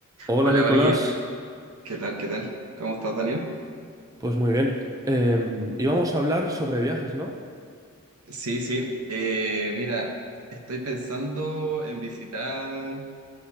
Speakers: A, on the right; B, on the right.
A: Hola
B: Hola,
A: Nicolás,
B: Oye. ¿Qué tal? ¿Qué tal? ¿Cómo estás, Daniel?
A: pues muy bien. Em, íbamos a hablar sobre viajes, ¿no?
B: Sí, sí. Eh, mira, estoy pensando en visitar